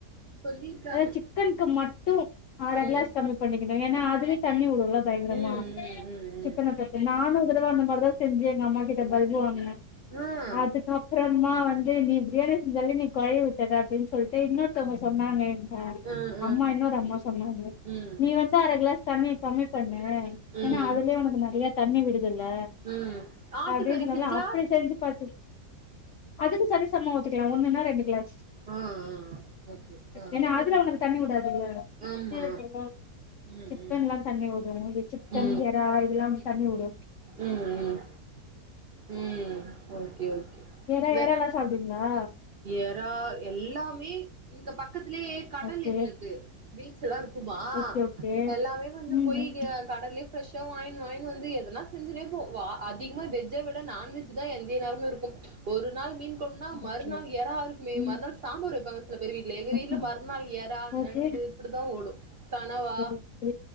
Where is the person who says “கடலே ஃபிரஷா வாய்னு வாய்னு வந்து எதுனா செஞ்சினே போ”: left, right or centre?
Right